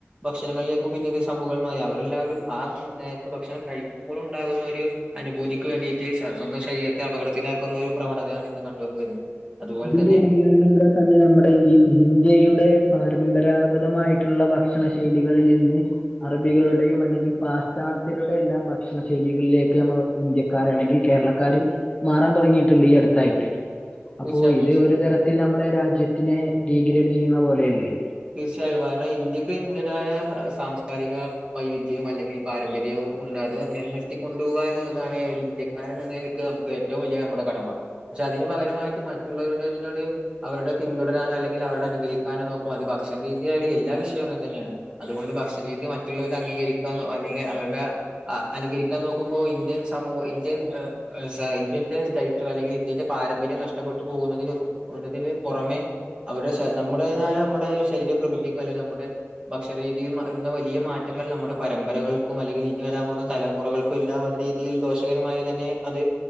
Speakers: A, on the right; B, on the left.
A: ഭക്ഷണങ്ങളിലേക്കും പിന്നീട് സമുഹം മാറി. അവരെല്ലാവരും ആ നേരത്ത് ഭക്ഷണം കഴിക്കുമ്പോൾ ഉണ്ടാകുന്ന ഒരു അനുഭൂതിക്ക് വേണ്ടിയിട്ട് സ്വന്തം ശരീരത്തെ അപകടത്തിലാക്കുന്ന ഒരു പ്രവണതയാണ് ഇന്ന് കണ്ടോണ്ട് വരുന്നത്. അതുപോലെ
B: <unintelligible>
A: തന്നെ
B: തന്നെ നമ്മുടെ ഈ ഇന്ത്യയുടെ പാരമ്പരാഗതമായിട്ടുള്ള ഭക്ഷണ ശൈലികളിൽ നിന്ന്, അറബികളുടെയും അല്ലെങ്കിൽ പാശ്ചാത്യരുടെ എല്ലാം ഭക്ഷണ ശൈലികളിലേക്ക് നമ്മ ഇന്ത്യക്കാര് അല്ലെങ്കിൽ കേരളക്കാര് മാറാൻ തുടങ്ങിയിട്ടുണ്ട് ഈ അടുത്തായിട്ട്. അപ്പോ
A: തീർച്ചയായും
B: ഇത്
A: തീർച്ചയായും
B: ഒരു തരത്തിൽ നമ്മള് രാജ്യത്തിന് ഡീഗ്രേഡ് ചെയ്യുന്ന പോലെയല്ലേ.
A: തീർച്ചയായും. കാരണം ഇന്ത്യക്ക് ഇന്ത്യയുടെതായ സാംസ്കാരിക വൈവിധ്യവും, അല്ലെങ്കിൽ പാരമ്പര്യവും ഉണ്ട്. അത് നിലനിർത്തിക്കൊണ്ടുപോകുക എന്നുള്ളതാണ് ഒരു ഇന്ത്യ <unintelligible> നമുക്ക് ഏറ്റവും വലിയ നമ്മുടെ കടമ. പക്ഷെ അതിന് പകരമായിട്ട് മറ്റുള്ളവരുടെതിനോട് അവരുടെ പിന്തുടരാനോ, അല്ലെങ്കിൽ അവരുടെ അനുകരിക്കാനോ നോക്ക അത് ഭക്ഷണ രീതിയാലും എല്ലാ വിഷയവും അങ്ങെനെ തന്നെയാണ്. അതുകൊണ്ട് ഭക്ഷണ രീതി മറ്റുള്ളവരടെ അംഗീകരിക്കാനൊ അല്ലെങ്കിൽ അവരുടെ അനുകരിക്കാൻ നോക്കുമ്പോൾ ഇന്ത്യൻ സമൂഹ ഇന്ത്യൻ ഇന്ത്യന്റെ സ് <unintelligible> അല്ലെങ്കിൽ ഇന്ത്യന്റെ പാരമ്പര്യം നഷ്ടപ്പെട്ടു പോകുന്നത് നുള്ളതിൽ പുറമെ, അവടെ ശൈ നമ്മടേതായ നമ്മുടെ ശരീര പ്രകൃതിക്കും, അല്ലെങ്കിൽ നമ്മുടെ ഭക്ഷണ രീതിയിൽ വരുന്ന വലിയ മാറ്റങ്ങൾ നമ്മുടെ പരമ്പരകൾക്കും, അല്ലെങ്കിൽ ഇനി വരാൻ പോകുന്ന തലമുറകൾക്കും, ല്ലാം നല്ല രീതിയിൽ ദോഷകരമായി തന്നെ അത്